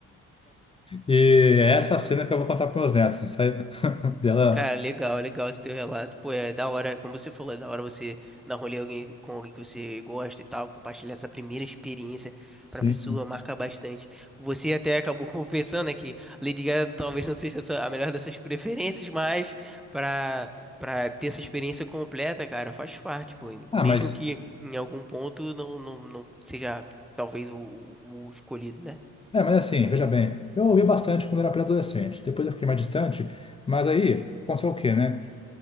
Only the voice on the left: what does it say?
E é essa cena que eu vou contar para meus netos, assim, sabe? <laughs> Dela,
sim.
sim.
Ah, mas,
é, mas assim, veja bem, eu ouvi bastante quando era pré-adolescente, depois eu fiquei mais distante, mas aí, aconteceu o quê, né?